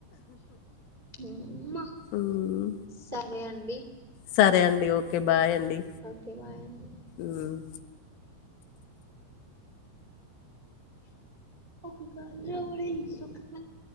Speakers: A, on the right; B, on the left.
A: ఉమ్మా
B: ఉమ్,
A: సరే అండి
B: సరే అండి ఓకే బాయ్ అండి
A: ఓకే బాయ్ అండి
B: ఉమ్.
A: ఒక బైరవుని <unintelligible>